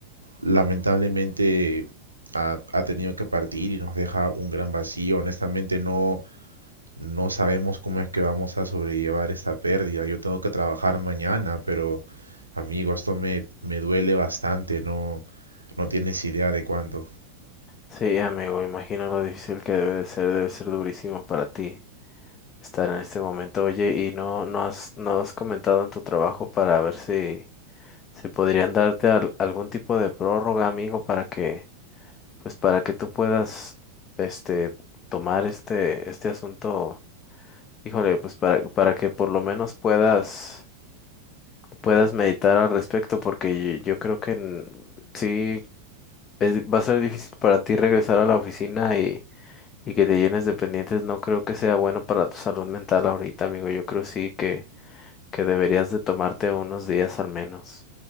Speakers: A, on the right (about 80°); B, on the left (about 30°).
A: lamentablemente ha, ha tenido que partir y nos deja un gran vacío. Honestamente no, no sabemos cómo es que vamos a sobrellevar esta pérdida. Yo tengo que trabajar mañana, pero amigo, esto me, me duele bastante. No, no tienes idea de cuánto.
B: sí, amigo, imagino lo difícil que debe de ser, debe ser durísimo para ti. estar en este momento. Oye, ¿y no, no has, no has comentado en tu trabajo para ver si, si podrían darte al- algún tipo de prórroga, amigo, para que, pues para que tú puedas, este, tomar este, este asunto, híjole, pues para, para que por lo menos puedas, puedas meditar al respecto, porque yo, yo creo que en- sí es- va a ser difícil para ti regresar a la oficina y Y que te llenes de pendientes no creo que sea bueno para tu salud mental ahorita, amigo. Yo creo sí que, que deberías de tomarte unos días al menos.